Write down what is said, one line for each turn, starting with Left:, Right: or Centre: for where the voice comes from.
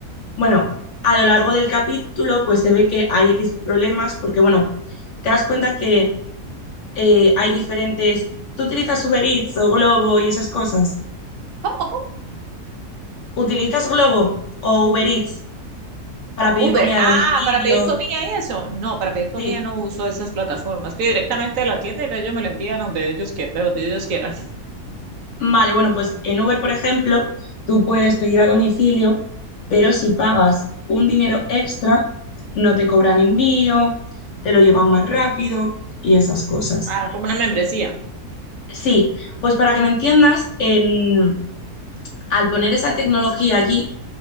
Left: bueno, a lo largo del capítulo pues se ve que hay X problemas porque, bueno, te das cuenta que eh, hay diferentes... ¿Tú utilizas Uber Eats o Globo y esas cosas?
Right: ¿Cómo? ¿Cómo?
Left: ¿Utilizas Globo o Uber Eats para pedir
Right: Uber,
Left: comida
Right: ah,
Left: a domicilio?
Right: para pedir comida y eso. No, para pedir comida
Left: Sí.
Right: no uso esas plataformas. Pido directamente de la tienda y ellos me lo envían a donde ellos quieran, de donde ellos quieran.
Left: Vale, bueno, pues en Uber, por ejemplo, tú puedes pedir a domicilio, pero si pagas un dinero extra, no te cobran envío, te lo llevan más rápido y esas cosas.
Right: Ah, como una membresía.
Left: Sí, pues para que me entiendas, en- al poner esa tecnología allí,